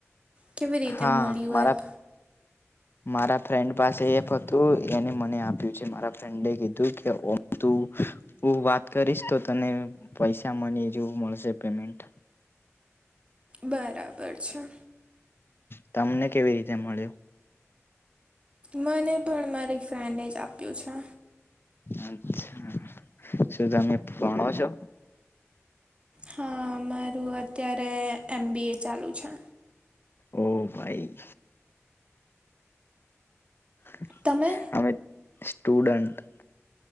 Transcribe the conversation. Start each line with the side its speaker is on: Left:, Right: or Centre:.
Right: કેવી રીતે
Left: હા
Right: મળ્યું
Left: મારા
Right: એપ
Left: મારા ફ્રેન્ડ પાસે એફ હતું એને મને આપ્યું છે મારા ફ્રેન્ડએ કીધું કે ઓમ તો હું વાત કરીશ તો તને પૈસા મની જેવું મળશે પેમેન્ટ
Right: બરાબર છે.
Left: તમને કેવી રીતે મળ્યું
Right: મને પણ મારી ફ્રેન્ડે જ આપ્યું છે.
Left: અચ્છા શું તમે ભણો છો?
Right: હા મારું અત્યારે એમ બી એ ચાલુ છે.
Left: ઓહ ભાઈ હ
Right: તમે
Left: અમે સ્ટુડન્ટ